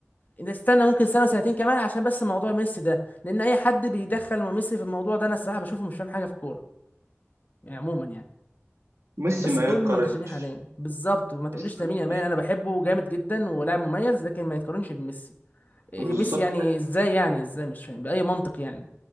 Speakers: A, on the left (about 35°); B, on the right (about 80°).
A: نستنى ممكن سنة وسنتين كمان عشان بس موضوع ميسي ده لان اي حد بيدخل ميسي في الموضوع ده انا الصراحة بشوفه مش فاهم حاجة في الكورة يعني عموما يعني
B: ميسي
A: بس
B: ما
A: دول
B: يتقارنش
A: المنتشرين حاليا بالظبط وما تقوليش
B: ميسي
A: لامين يامال
B: ما يت-
A: انا بحبه جامد جدا ولاعب مميز لكن ما يتقارنش بميسي إيه
B: بالظبط
A: ميسي يعني ازاي يعني ازاي مش فاهم باي منطق يعني